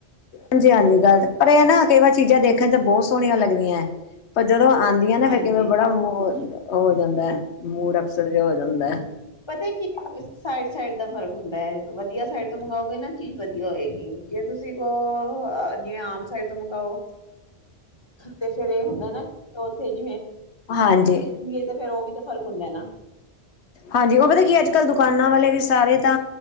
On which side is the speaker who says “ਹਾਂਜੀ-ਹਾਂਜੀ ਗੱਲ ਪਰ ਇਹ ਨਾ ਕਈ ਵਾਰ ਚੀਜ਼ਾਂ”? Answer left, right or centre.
Left